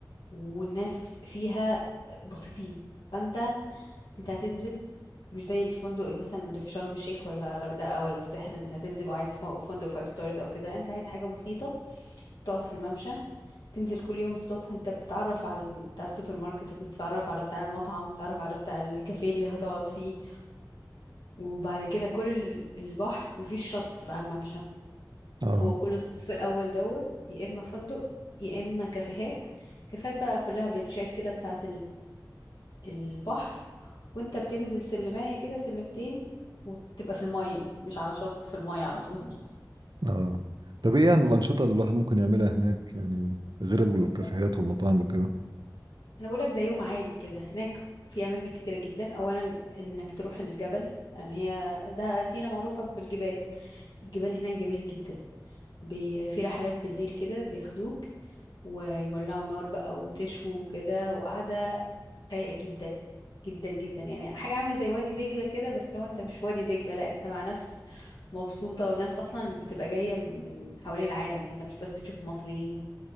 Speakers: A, on the left; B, on the right.
A: والناس فيها بسيطين فانت انت هتنزل مش زي الفندق مثلا اللي في شرم الشيخ ولا غردقة ولا الساحل انت هتنزل وعايز فو- فندق فايف ستارز او كده انت عايز حاجة بسيطة تقعد في الممشى تنزل كل يوم الصبح انت بتتعرف على ال- بتاع السوبر ماركت وبتتعرف على بتاع المطعم بتتعرف على بتاع الكافيه اللي هتقعد فيه وبعد كده كل ال- البحر مفيش شط على الممشى
B: اه
A: هو كل الصف الاول دوت يا اما فندق يا اما كافيهات كافيهات بقى كلها بنشات كده بتاعة البحر وانت بتنزل سلمايه كده سلمتين وتبقى في الميه مش على شط في الميه على طول
B: اه طب ايه يعني الانشطه اللي الواحد ممكن يعملها هناك يعني غير الكافيهات
A: انا
B: والمطاعم وكده
A: أنا بقولك ده يوم عادي كده هناك في اماكن كتيره جدا اولا انك تروح الجبل لان هي ده سينا معروفه بالجبال الجبال هناك جميله جدا بي... في رحلات بالليل كده بياخدوك ويولعوا نار بقى وتشوي وكده وقعدة رايقة جدا جدا جدا يعني حاجة عاملة زي وادي دجلة كده بس لو انت مش في وادي دجلة لا انت مع ناس مبسوطة وناس اصلا بتبقى جاية من حوالين العالم يعني انت مش بس بتشوف مصريين